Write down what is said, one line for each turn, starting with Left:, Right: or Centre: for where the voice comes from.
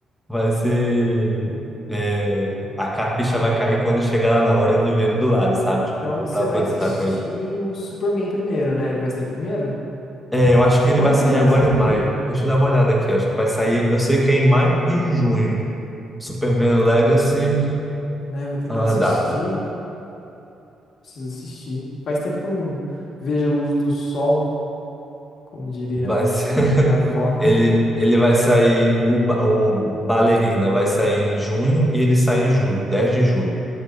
Centre: vai ser. é, a ca- ficha vai cair quando chegar lá na hora e eu não ver ele do lado, sabe? Tipo,
Left: Então você
Centre: pra
Left: vai
Centre: poder
Left: assistir
Centre: estar com ele.
Left: o Superman primeiro, né? Ele vai sair primeiro?
Centre: É, eu acho que ele
Left: Quando
Centre: vai
Left: que
Centre: sair
Left: ele vai
Centre: agora
Left: sair?
Centre: em maio. Deixa eu dar uma olhada aqui. Eu acho que vai sair. Eu sei que é em maio e junho. Superman Legacy,
Left: Né, vou tentar
Centre: a
Left: assistir.
Centre: data.
Left: Preciso assistir. Faz tempo que eu não vejo a luz do sol, como diria
Centre: Vai
Left: a minha,
Centre: ser- <laughs>
Left: minha avó,
Centre: Ele, ele vai sair, o, ba- o Ballerina vai sair em junho e ele sai em julho, 10 de julho.